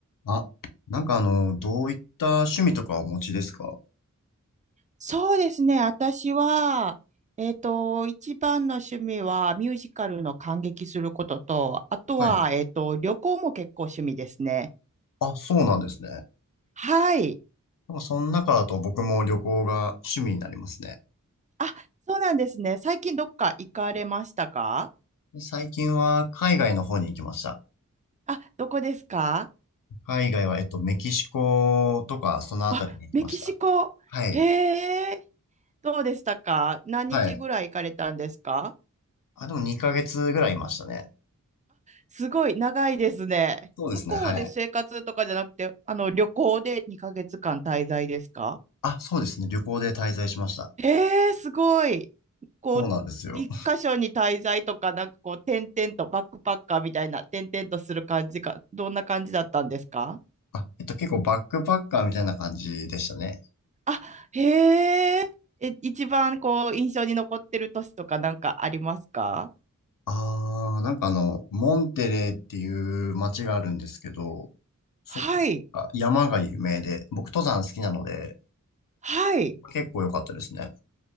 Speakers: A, on the left; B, on the right.
A: あ、なんかあの、どういった趣味とかお持ちですか
B: そうですね。私は、えっと、一番の趣味はミュージカルの観劇することと、あとは、
A: はい。
B: えっと、旅行も結構趣味ですね。
A: あ、そうなんですね。な
B: はい。
A: んかその中だと僕も旅行が趣味になりますね。
B: あ、そうなんですね。最近どっか行かれましたか
A: で最近は海外の方に行きました。
B: あ、どこですか
A: 海外は、えっと、メキシコとか、そのあたりに行きました。
B: あ、メキシコ。
A: はい。
B: へえ、どうでしたか何日ぐらい行かれたんですか
A: はい。あ、でも2ヶ月ぐらいいましたね。
B: すごい長いですね。
A: そうですね、
B: 向こうで生活とかじゃなくて、
A: はい。
B: あの、旅行で2ヶ月間滞在ですか
A: あ、そうですね。旅行で滞在しました。
B: えー、すごい。こう、
A: そうなんですよ。
B: 一箇所に滞在とか、なんかこう、転々と、バックパッカーみたいな、転々とする感じか、どんな感じだったんですか
A: あ、えっと、結構バックパッカーみたいな感じでしたね。
B: あ、へえ、え、一番こう、印象に残ってる都市とかなんかありますか
A: ああ、なんかあの、モンテレーっていう街があるんですけど、そこが山が有名で、
B: はい、
A: 僕登山好きなので、
B: はい。
A: 結構良かったですね。